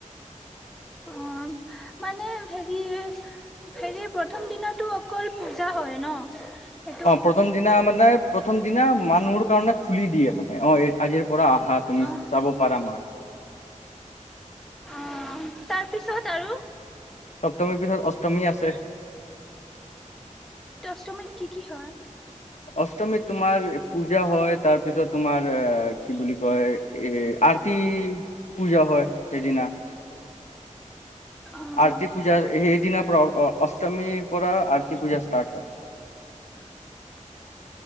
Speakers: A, in the centre; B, on the left (about 60°).
A: অ', মানে হেৰি, হেৰি প্ৰথম দিনতো অকল পূজা হয় ন? সেইটো
B: অ, প্ৰথম দিনা মানে প্ৰথম দিনা মানুৰ কাৰণে খুলি দিয়ে মানে, অ আজিৰ পৰা আহা তুমি
A: অ'
B: চাব পাৰা মাক।
A: অ', তাৰপিছ ত আৰু
B: সপ্তমীৰ পিছত অষ্টমী আছে
A: ষ্টমীত কি কি হয়?
B: অষ্টমীত তোমাৰ পূজা হয় তাৰ পিছত তোমাৰ কি বুলি কয়, এ আৰতি পূজা হয়, সেইদিনা
A: অ'
B: আৰতি পূজা স দিনা পৰা অ অষ্টমীৰ পৰা আৰৰ্ কি পূজা ষ্টাৰ্ হয়
A: অ <unintelligible>